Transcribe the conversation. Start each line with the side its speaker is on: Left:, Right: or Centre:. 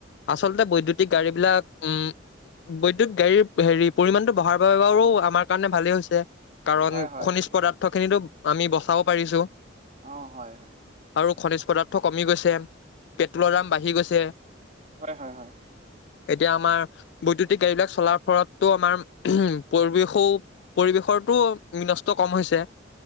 Left: আচলতে বৈদ্যুতিক <unintelligible> গাড়ী বিলাক উম, বৈদ্যুত গাড়ী পৰিমাণ হেৰি বহাৰ বাবে বাৰো আমাৰ - ভালেই হৈছে। কাৰণ
Right: হয় হয়
Left: খনিজ পদাৰ্থ খিনিতো আমি বচাব পাৰিছো।
Right: অ হয় হয়।
Left: আৰু খনিজ পদাৰ্থ কমি গৈছে পেট্ৰলৰ দাম বাঢ়ি গৈছে।
Right: হয় হয় হয়।
Left: এতিয়া আমাৰ বৈদ্যুতিক গাড়ী বিলাক চলাৰ ফলতো আমাৰ উম পৰিৱেশো পৰিৱেশৰটো বিনষ্ট কম হৈছে